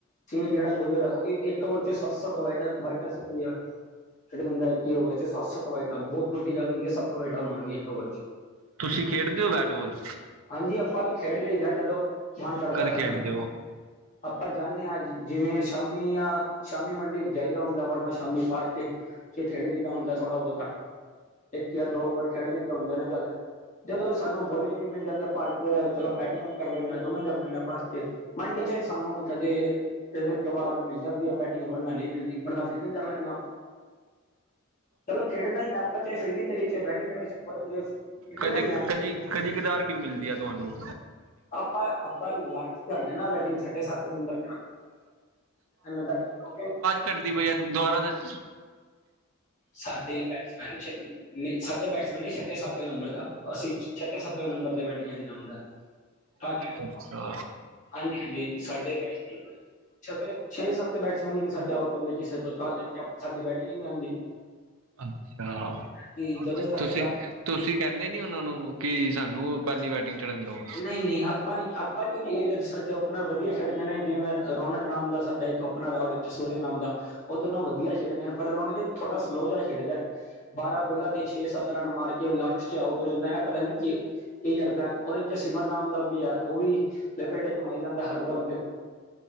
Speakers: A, on the left; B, on the right.
A: ਚੀ ਜੇਅੜਾ ਬੋਲਰ ਆ, ਉਹ ਈ ਇੱਕ ਔਵਰ ਚ ਸੱਤ-ਸੱਤ ਵਾਈਡਾ ਵਾਇਟਾ ਸਟੀਆ। ਛੱਡ ਦਿੰਦਾ ਇੱਕ ਈ ਓਵਰ ਚ, ਸੱਤ-ਸੱਤ ਵਾਈਟਾਂ, ਬਹੋਤ ਵੱਡੀ ਗੱਲ ਹੁੰਦੀ ਐ, ਸੱਤ ਵਾਈਟਾਂ ਮਾਰਨੀਆਂ ਇੱਕ ਓਵਰ ਚ।
B: ਤੁਸੀਂ ਖੇਡਦੇ ਔ ਵੈਟਵੋਲ?
A: ਹਾਂਜੀ, ਅਪਾਂ ਵੀ ਖੇਡ ਲਈ ਜਾ, ਜਦੋਂ ਮਨ ਕਰਦਾ
B: ਕਦ
A: ਏ ਸਾਡਾ।
B: ਖੇਡਦੇ ਹੋ
A: ਅਪਾਂ ਜਾਨੇ ਆ, ਜ ਜਿਵੇਂ ਸ਼ਾਮੀ ਯਾ ਸ਼ਾਮੀ ਮੰਡੇ ਜਾਈਦਾ ਹੁੰਦਾ, ਵਰਨਾ ਸ਼ਾਮੀ ਪਾਰਕ ਥੇ ਖੇਡ ਲਈਦਾ ਹੁੰਦਾ ਥੋੜਾ ਬਹੁ ਇੱਕ ਯਾ ਦੋ ਓਵਰ ਖੇਡ ਲਈ ਦੇ ਹੁੰਦੇ ਨੇ ਜਦ ਜਦੋਂ ਸਾਨੂੰ ਬੋਲਿੰਗ ਵੀ ਮਿਲ ਜਾਂਦੀ ਐ ਪਾਰਕ ਚ, ਚਲੋ ਬੈਟਿੰਗ ਵੀ ਕਰ ਲੈਂਣੇ ਆ, ਦੋਨੋਂ ਈ ਕਰ ਲੈਣੇ ਆ ਪਾਰਕ ਚ। ਮੰਡੀ ਚ ਸਾਨੂੰ ਕਦੇ ਕਿਦੇ ਕਵਾਰ ਮਿਲ ਜਾਂਦੀ ਐ ਬੈਟਿੰਗ, ਵਰਨਾ ਨਈ ਮਿਲਦੀ, ਵਰਨਾ ਫੀਲਡਿੰਗ ਕਰ ਲੈਂਨਾ ਖੇਡਨਾ ਈ ਏ ਅਪਾਂ, ਚਾਏ ਫਿਲਡਿਗ ਕਰੀਏ, ਚਾਏ ਬੈਟਿੰਗ ਕਰੀਏ <unintelligible>
B: ਕਦੇ
A: ਹੈ
B: ਕਦੀ, ਕਦੀ ਕਦਾਰ ਕਿਉਂ ਮਿਲਦੀ ਐ ਤੁਆਨੂੰ?
A: ਆਪਾਂ ਅਪਾਂ ਲਾਟ ਤੇ ਆਨੇ ਆ ਨਾ, ਵੈਡਿੰਗ ਛਟੇ ਸੱਤ ਨੰਬਰ <unintelligible> <unintelligible>
B: ਕੱਟਦੀ ਪਈ ਐ, ਦੁਵਾਰਾ ਦਸ
A: ਸਾਡੇ ਈ ਬੈਟਸ ਨਾਈ ਛਵੀ ਸਾਡੇ ਬੈਟਸਮੈਨ ਨੇ ਛਟੇ ਸਾਤਵੇਂ ਨੰਬਰ ਤ, ਅਸੀ ਛਟੇ ਸੱਤਵੇ ਨੰਬਰ ਤੇ ਬੈਟਿੰਗ ਆਈ ਦਾ ਹੁੰਦਾ ਏ। ਹਾਂ ਜੀ।
B: ਅੱਛਾ
A: ਹਾਂਜੀ-ਹਾਂਜੀ ਸਾਡੇ ਬੈਠਸ। ਛ ਛੇ <inaudible> ਸੱਤ ਬੈਟਸਮੈਨ ਹੀ ਸਾਡੇ ਆਊਟ ਹੁੰਦੇ ਕਿਸੇ ਤੋਂ ਤਾਂ ਸਾਡੀ ਬੈਟਿੰਗ ਹੀ ਨਹੀਂ ਉਂਦੀ।
B: ਅੱਛਾ
A: ਕਿ ਜਦੋਂ ਸਾਡੇ
B: ਤੁਸੀਂ ਤੁਸੀਂ ਕਹਿੰਦੇ ਨੀ ਉਹਨਾਂ ਨੂੰ ਕਿ ਸਾਨੂੰ ਪਾਲੀ ਬੈਟਿੰਗ। ਚੜਨ ਦੋ
A: ਨਹੀਂ ਨਹੀਂ ਆਪ ਆਪਾਂ ਨੀ ਆਪਾਂ ਕਹੀ ਜਦ ਸਾਡਾ ਓਪਨਰ ਵਧੀਆ ਖੇਡਦੇ ਨੇ ਜਿਵੇਂ ਰੌਨਕ ਨਾਮ ਦਾ ਸਾਡਾ ਇੱਕ ਸੂਰਜ ਨਾਮ ਦਾ ਉਹ ਦੋਨੋ ਵਧੀਆ ਖੇਡਦੇ ਨੇ ਪਰ ਰੌਣਕ ਜੇ ਥੋੜਾ ਸਲੋਅ ਜਿਹਾ ਖੇਡਦਾ। ਬਾਰਾਂ ਬੋਲਾਂ ਤੇ ਛੇ ਸੱਤ ਰਨ ਮਾਰ ਕੇ ਲਾਸਟ 'ਚ ਆਊਟ ਹੋ ਜਾਂਦਾ ਐ ਪਤਾ ਨੀ ਕੀ, ਕੀ ਕਰਦਾ ਐ। ਉਹਦੇ ਚ ਸਿਮਰ ਨਾਮ ਦਾ ਵੀ ਹੈ ਉਹ ਵੀ ਲਪੇਡੇ ਘੁਮਾਈ ਜਾਂਦੇ ਹਰ ਬੋਲ ਤੇ।